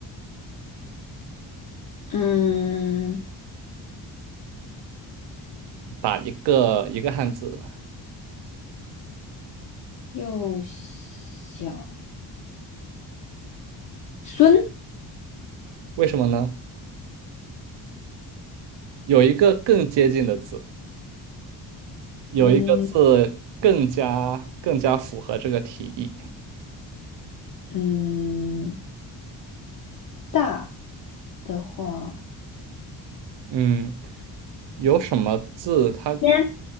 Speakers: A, on the left; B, on the right.
A: 嗯，
B: 打一个一个汉字，
A: 幼小孙，
B: 为什么呢？有一个更接近的字，有一个字更加更加符合这个题意。
A: 嗯嗯，大的话，
B: 嗯，有什么字它？
A: 天，